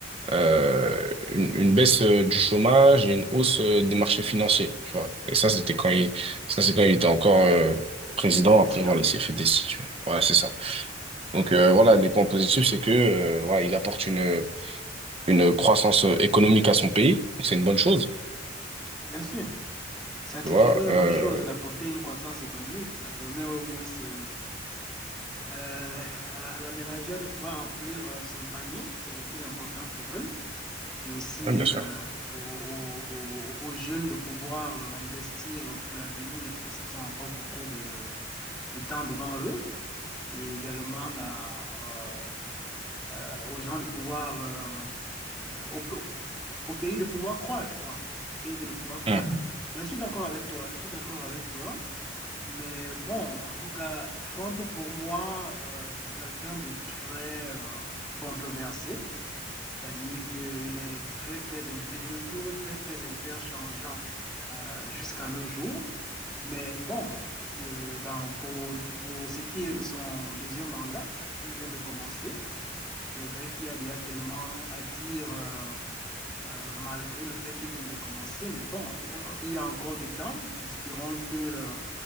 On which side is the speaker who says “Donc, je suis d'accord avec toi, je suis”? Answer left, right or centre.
Centre